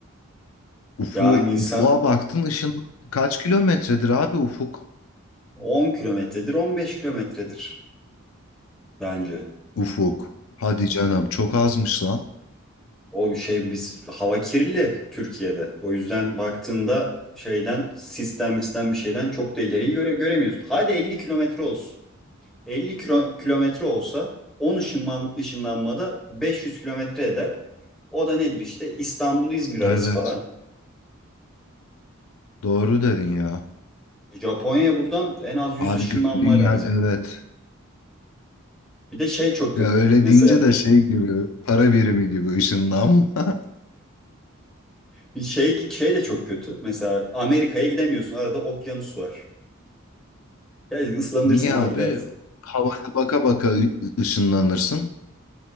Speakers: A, on the left; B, in the centre.
A: ufu,
B: yani insan
A: ufuğa baktın ışın kaç kilometredir abi ufuk?
B: 10 kilometredir 15 kilometredir bence.
A: Ufuk. Hadi canım çok azmış lan.
B: O şey biz hava kirli Türkiye'de. O yüzden baktığında şeyden sistem sistem bir şeyden çok da ileriyi göre, göremiyorsun. Hadi 50 kilometre olsun. 50 kilo- kilometre olsa 10 ışınman, ışınlanmada 500 kilometre eder. O da nedir işte İstanbul-İzmir arası
A: Evet.
B: falan.
A: Doğru dedin ya.
B: Japonya'ya buradan en az 100
A: Abi
B: ışınlanma
A: gördüğün
B: lazım.
A: yer evet.
B: Bir de şey çok
A: Ya
B: kötü.
A: öyle
B: Mesela
A: deyince de şey gibi para birimi gibi ışınlanma. <laughs>
B: <laughs> şey şey de çok kötü. Mesela Amerika'ya gidemiyorsun. Arada okyanus var. Ya ıslanırsın
A: Niye
B: ama
A: abi?
B: gidersin.
A: Havaya baka baka ı- ışınlanırsın.